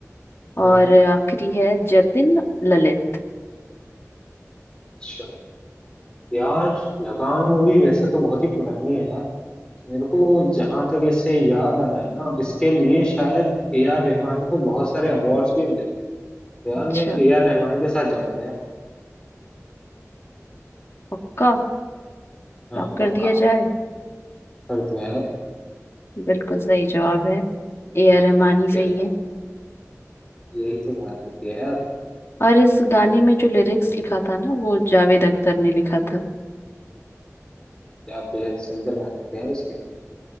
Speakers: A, on the left; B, on the left.
A: हाँ
B: और आखिरी है जतिन ललित
A: अच्छा यार लगान मूवी वैसे तो बहुत ही पुरानी है यार मेरे को जहां तक इसे याद आ रहा है ना इसके लिए शायद ए आर रहमान को बहुत सारे अवार्ड्स भी मिले तो यार
B: अच्छा
A: मैं ए आर रहमान के साथ जाऊंगा यार
B: पक्का
A: हाँ
B: लॉक कर
A: पक्का
B: दिया जाए
A: कर दो यार
B: बिल्कुल सही जवाब है ए आर रहमान ही
A: देखा
B: सही है
A: यही तो बात होती है यार
B: और इस गाने में जो लिरिक्स लिखा था ना वो जावेद अख्तर ने लिखा था
A: क्या बेहद सुंदर गाने थे यार उसके